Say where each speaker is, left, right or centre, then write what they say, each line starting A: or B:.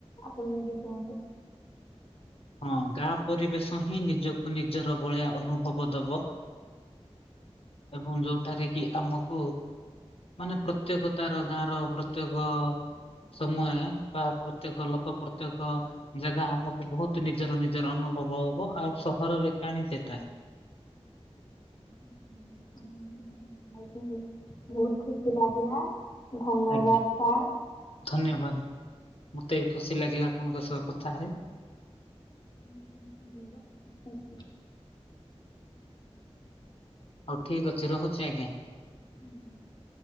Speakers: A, on the left (about 40°); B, on the left (about 60°).
A: ଆପଣ ନିଜେ କୁହନ୍ତୁ?
B: ହଁ ଗାଁ ପରିବେଶ ହିଁ ନିଜକୁ ନିଜର ଭଳିଆ ଅନୁଭବ ଦବ। ଏବଂ ଯୋଉଠାରେ କି ଆମକୁ ମାନେ ପ୍ରତ୍ୟେକ ତାର ଗାଁର ପ୍ରତ୍ୟେକ ସମୟ ବା ପ୍ରତ୍ୟେକ ଲୋକ ପ୍ରତ୍ୟେକ ଜାଗା ଆମକୁ ବହୁତ ନିଜର ନିଜର ଅନୁଭବ ହବ, ଆଉ ସହରରେ କାହିଁ ସେଟା?
A: <unintelligible> କଥା ହେଇ କି ବହୁତ ଖୁସି ଲାଗିଲା। ଧନ୍ୟବାଦ
B: ଆଜ୍ଞା
A: ସାର୍।
B: ଧନ୍ୟବାଦ ମତେ ବି ଖୁସି ଲାଗିଲା ଆପଣଙ୍କ ସହ କଥା ହୋଇ।
A: ହୁଁ - ହୁଁ -ମୁଁ ବା <unintelligible>
B: ହଉ ଠିକ୍ ଅଛି ରହୁଛି ଆଜ୍ଞା।
A: ହୁଁ - ହୁଁ।